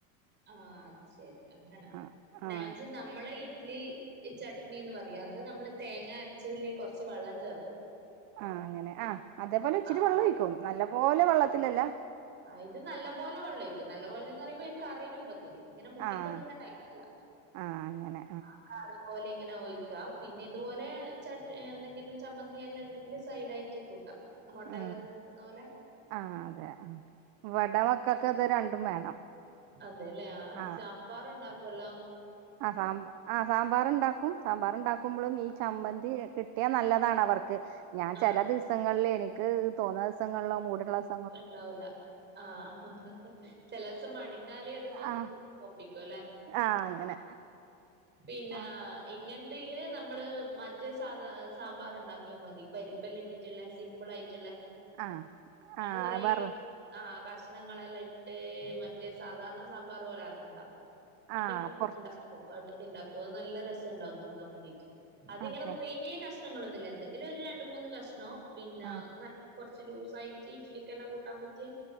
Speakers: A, on the right (about 25°); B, on the right (about 50°).
A: ആഹ് അത് ശെരി അങ്ങന
B: ആ
A: നാൻവെജ്
B: ആ
A: നമ് നമ്മള് ഇഡ്ലി ഈ ചട്നി എന്ന് പറയും അത് നമ്മള് തേങ്ങ അരച്ചേല് കൊറച്ച് വെള്ളം ചേർക്കും
B: ആഹ് അങ്ങനെ ആഹ് അതേപോലെ ഇച്ചിരി
A: ആഹ്
B: വെള്ളം ഒഴിക്കും നല്ല പോലെ വെള്ളത്തിലല്ല
A: അഹ് ഇത് നല്ലപോലെ വെള്ളം ഒഴിക്കും നല്ല പോലെന്ന് പറയുമ്പ ഈ കറി രൂപത്തില്. ഇങ്ങന മുക്കി
B: ആഹ്
A: തിന്ന്ന്ന ടൈ അല്ല
B: ആഹ് അങ്ങനെ
A: ആഹ് കറി പോലെ ഇങ്ങനെ ഒഴിക്കാ പിന്നെ ഇതുപോലെ ചട്ട് ഏഹ് എന്തെങ്കിലും ചമ്മന്തി എല്ലാം ഉണ്ടെങ്കില് സൈഡായിറ്റ് കൂട്ടാം ഹോട്ടല്ലന്ന്
B: ഉം
A: തിന്ന പോലെ
B: ആഹ് അതെ ആഹ് ഇവടെ മക്കക്ക് അത് രണ്ടും വേണം
A: അതെല്ലേ അഹ്
B: ആഹ്
A: സാമ്പാർ ഉണ്ടാക്കോല്ലോ
B: ആഹ് സാമ്പ ആഹ് സാമ്പാറ് ഉണ്ടാക്കും സാമ്പാറ് ഉണ്ടാക്കുമ്പൊളും ഈ ചമ്മന്തി യെ കിട്ട് കിട്ടിയാ നല്ലതാണ് അവർക്ക്. ഞാൻ
A: ആ
B: ചെല ദിവസങ്ങളില് എനിക്ക് തോന്നുന്ന ദിവസങ്ങളില മൂടുളള ദിസ
A: ഇണ്ടാവൂല ആഹ് ചെല ദിവസം മടിന്നാല് അതിങ്ങെ ഒന്നും.
B: ആഹ്
A: ഒപ്പിക്കും അല്ലേ
B: ആഹ് അങ്ങനെ
A: പിന്നാ
B: ആഹ്
A: ഇങ്ങനത്തേല് നമ്മള് മറ്റേ സാധാ സാമ്പാറ് ഇണ്ടാക്കിയാ മതി പരിപ്പ് എല്ലാ ഇട്ടി മറ്റ്ള്ളേ സിമ്പിള് ആയിട്ടുള്ളേ
B: ആഹ്
A: ഏതാണ്ട്
B: ആഹ്
A: കൊറേ
B: വറ
A: ആഹ് കഷ്ണങ്ങളെല്ലാം ഇട്ട് മറ്റേ സാധാരണ സാമ്പാർ പോലെ ആക്കണ്ട എന്റെ
B: ആഹ്
A: വ്
B: കൊറച്ച്
A: ഇണ്ടാക്കും ഏട്ടത്തി ഇണ്ടാക്കു അത് നല്ല രസം ഉണ്ടാവും തിന്നാൻ വേണ്ടീട്ട് അതിങ്ങനെ
B: അതെ
A: കൊറേ കഷ്ണങ്ങളൊന്നുമില്ല എന്തെങ്കിലും ഒരു രണ്ട് മൂന്ന് കഷ്ണോ പിന്നാ
B: ആഹ്
A: നൽ കൊറച്ച് ലൂസായിട്ട് ഇഡ്ലിക്കെല്ലാം കൂട്ടാൻ പറ്റിയ